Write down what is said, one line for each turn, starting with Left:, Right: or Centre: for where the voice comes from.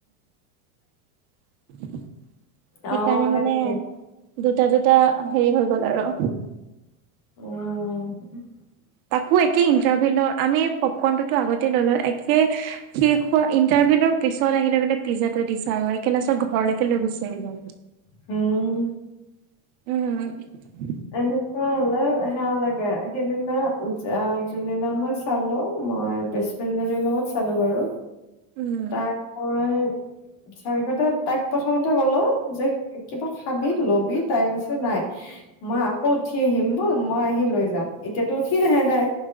Right: <unintelligible> সেইকাৰণে
Left: অঁ সেইটোৱে,
Right: মানে দুটা দুটা হেৰি হৈ গল আৰু
Left: উঃ উম।
Right: তাকো একে ইণ্টাৰভিউ আমি পপকনতো ত আগতে ললো, একে শেষ হোৱা ইণ্টাৰভিউৰ পিছত আহ বলে পিজ্জাটো দিছা এক লাত ঘৰলৈকে লৈ গ আহ
Left: হম,,
Right: উম।
Left: এনেকুৱা হলে সেয়া লাগে সেইদিনা যোনদিনা মই চালো মই বেষ্ট্ৰ ফ্ৰেন্ড জনীৰ লগত চালো বাৰু।
Right: উম
Left: তাৰ মই চাৰিখতা তাইক প্ৰথমতে কলো যে কিবা খাবি লবি তাই কৈছে নাই মই আকৌ উঠি আহিম, বল মই আহি লৈ যাম এতিয়াতো উঠি নাহে তাই